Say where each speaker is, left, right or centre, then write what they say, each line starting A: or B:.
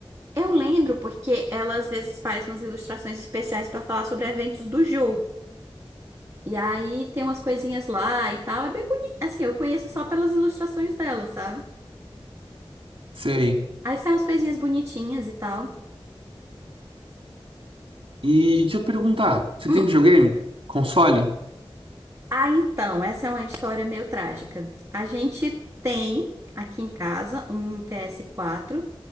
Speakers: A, on the right; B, on the right.
A: Eu lembro porque ela às vezes faz umas ilustrações especiais pra falar sobre eventos do jogo. E aí tem umas coisinhas lá e tal, é bem bonito. Assim, eu conheço só pelas ilustrações dela, sabe?
B: Sei.
A: Aí são umas coisinhas bonitinhas e tal.
B: E deixa eu perguntar, você
A: Hum.
B: tem videogame? Console?
A: Ah, então, essa é uma história meio trágica. A gente tem aqui em casa um ps quatro,